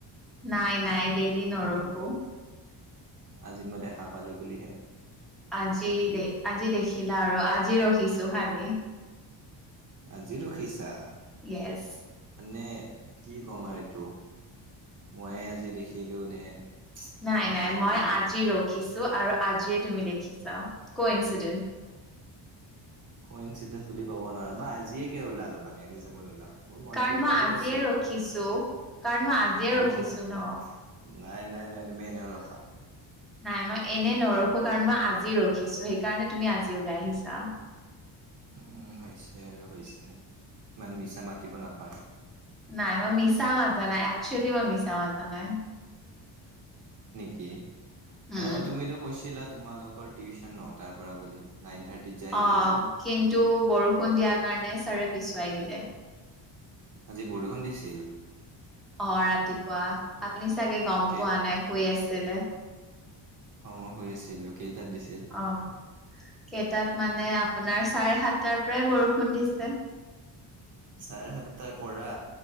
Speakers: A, in the centre; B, on the right (about 45°).
A: নাই নাই ডেইলি নৰখো।
B: আজি মই দেখা পালো বুলিহে-
A: আজি দে আজি দেখিলা আৰু আজি ৰখিছো খালি।
B: আজি ৰখিছা-
A: য়েছ।
B: মানে কি কম আৰু এইটো, মই আজি দেখিলো নে।
A: নাই
B: নাজানো
A: নাই মই
B: আৰু
A: আজি ৰখিছো আৰু আজিয়ে তুমি দেখিছা কৌই ইচ-
B: কৌ ইনঞ্চিডেন বুলি ক'ব ন- বা বা আজিয়ে কিয় ওলালো মানে এনে যে মান ওলাও মোৰ মনটো
A: কাৰণ
B: কিবা
A: মই
B: কৈ
A: আজিয়ে
B: আছে,
A: ৰখিছো কাৰণ মই আজিয়ে
B: হ'ব
A: ৰখিছো
B: হ'ব-
A: ন
B: নাই নাই নাই তুমি এনেও ৰখা।
A: নাই মই এনেই নৰখো কাৰণ মই আজি ৰখিছো সেইটো। কাৰণে তুমি আজি ওলাই আহিছা।
B: উম হৈছে আৰু হৈছে ইমান মিছা মাতিব নাপাই।
A: নাই মই মিছা মতা নাই একচুৱেলি মাৰ মিছা মতা নাই
B: কি হে
A: উম
B: হে তুমিতো কৈছিলা তোমালোকৰ টিউচন নটাৰ পৰা বুলি- নাইন থাৰ্টিত যে আহিলা
A: অ
B: আজি
A: কিন্তু বৰষুণ দিয়াৰ কাৰণে ছাৰে পিছুৱাই দিলে।
B: আজি বৰষুণ দিছিল
A: অৱ ৰাতিপুৱা- আপুনি চাগে গম
B: কেই
A: পোৱা নাই শুই আছিলে।
B: অৱ মই শুই আছিলো। কেইটাত দিছিল?
A: অহ কেইটাত মানে আপোনাৰ চাৰে সাতটাৰ পৰাই বৰষুণ দিছে।
B: চাৰে সাতটাৰ পৰা